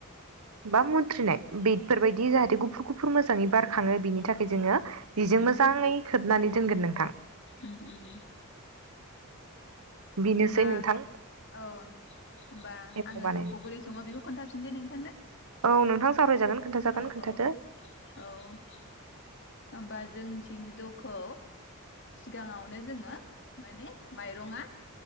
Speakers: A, on the right (about 80°); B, on the left (about 55°).
A: बा मुथ्रिनाय बेफोरबायायदि। गुफुर गुफुर मोजाङै बारखाङो बेनि थाखाय जोङो। जिजों मोजाङै
B: उम
A: खोबनानै दोनगोन नोंथां
B: उम उम
A: बेनोसै
B: होनबा
A: नोंथां
B: औ होनोमबा
A: एमाव
B: आङो
A: बानायनाय
B: जौखौ बोरै सङो बेखौ खोन्थाफिनसै नोंथांनो
A: औ नोंथां सावरायजागोन खोन्थाजागोन
B: औ
A: खोन्थादो
B: औ औ जोंथिंनि जौखौ सिगाङावनो जोङो माने माइरङा